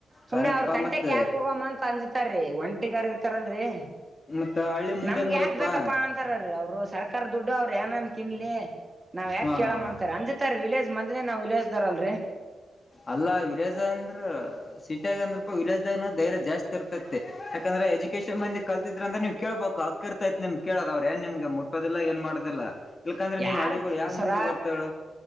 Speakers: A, on the right; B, on the left.
A: ಸುಮ್ನೆ
B: ಕರೆಕ್ಟ್ಪಾ
A: ಅವ್ರ ತಂಟೆಗೆ
B: ಮತ್
A: ಯಾಕ ಹೋಗಮ್ಮ ಅಂತ ಅಂಜುತಾರೀ ಒಂಟ ಟ್ಟಿಗಾರು ಇರ್ತಾರಲ್ರಿ.
B: ಮತ್ತ ಹಳ್ಳಿ ಮುಂದೆಂಗ
A: ನಮ್ಗೆ
B: ಬರಕ್ಪಾ
A: ಯಾಕ್ ಬೇಕಪ್ಪಾ ಅಂತಾರೀ ಅವರು ಸ ಕರ್ ದುಡ್ಡು ಅವರೇ ಏನನ್ ತಿನ್ಲಿ ನಾವ್ ಯಾಕ್
B: ಹಾ
A: ಕೇಳ್
B: ಹಾ ಹಾ
A: ಅಂತಾರೆ ಅಂಜತಾರೆ ವಿಲೇಜ್ ಮಂದಿ ನಾವ್ ವಿಲೇಜ್ ದರಲ್.
B: ಅಲ್ಲ ವಿಲೇಜ್ ಅಂದ್ರು ಸಿಟಿಯಾಗುಅಂದು ಬಿಟ್ಟು ವಿಲೇಜನ್ ಧೈರ್ಯ. ಜಾಸ್ತಿ ಇರ್ತೈತೆ ಯಾಕಂದ್ರೆ ಎಜುಕೇಶಷನ್ ಮಂದಿ ಕಲ್ತಿದ್ರೆ ಅಂದ್ರೆ ನೀವು ಕೇಳ್ಬೇಕು. ಹಕ್ ಇರ್ತೈತೆ ನಿಮ್ ಕೇಳೋದು ಅವ್ರ ಏನ್ ನಿಮಗೆ ಮುಟ್ಟೋದಿಲ್ಲ ಏನ್ ಮಾಡೋದಿಲ್ಲ. ಇಲ್ಕಂದ್ರೆ
A: ಯಾರುಗ್
B: ನಿಮ್ ಹಳ್ಳಿಗಳು ಯಾಕ
A: ಸರ
B: ಮುಂದೆ ಬರ್ತಾಳ